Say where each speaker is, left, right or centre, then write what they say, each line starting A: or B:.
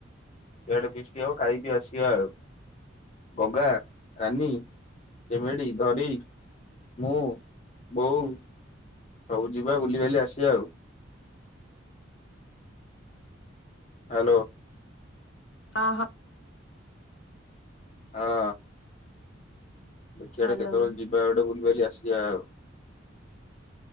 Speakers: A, on the left; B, on the left.
A: ସିଆଡେ ଫିଷ୍ଟ ହବ ଖାଇକି ଆସିବ ଆଉ। ଗଗା, ରାନୀ, ଚେମେଡି, ଧଡି ମୁଁ, ବୋଉ ସବୁ ଯିବା ବୁଲିିବାଲି ଆସିବା ଆଉ। ହ୍ୟାଲୋ।
B: ହଁ ହଁ।
A: ହଁ। ଦେଖିଆ
B: ହ୍ୟାଲୋ
A: ଗୋଟେ କେତେବେଳଳେ ଯିବା ବୁଲି ବାଲି ଆସିବା ଆଉ।